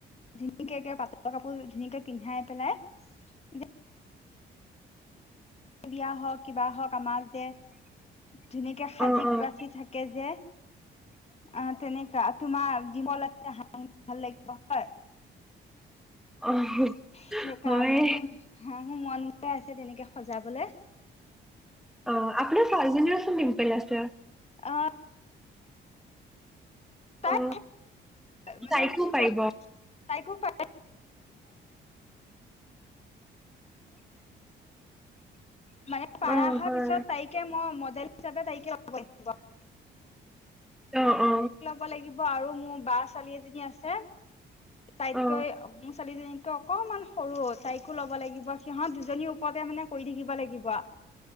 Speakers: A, on the left; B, in the centre.
A: ধুনীয়াকে একে পাটৰ কাপোৰ ধুনীয়াকে পিন্ধাই পেলাই যে বিয়া হক কিবা হওক আমাক যে ধুনীয়াকে সাজি
B: অ', অ',
A: কাচি থাকে যে অ তেনেকুৱা, তোমাৰ <unintelligible> <unintelligible> ভাল লাগিব হয়
B: অ',
A: সেইকাৰণে
B: হয়।
A: মোৰ মোৰ মন গৈ আছে তেনেকে সজাবলৈ।
B: অঁ আপুনাৰ চাৰিজনিচোন পিম্পল আছিল
A: অঁ <inaudible> তাই
B: অ',
A: মানে
B: তাইকো
A: কি সৰু
B: পাৰিব
A: তাইকো প <unintelligible> মানে
B: অ
A: পাৰা অহা
B: হয়।
A: পিছত তাইকে মই মডেল হিচাপে তাইকে লাগিব
B: অ অ
A: ত লাগিব আৰু মোৰ বাৰ ছোৱালী এজনী আছে তাইতকৈ
B: অ
A: মোৰ ছোৱালীজনীকৈ অকনমান সৰু তাইকো ল'ব লাগিব। সিহঁত দুজনীৰ ওপৰতে মানে কৰি থাকিব লাগিব।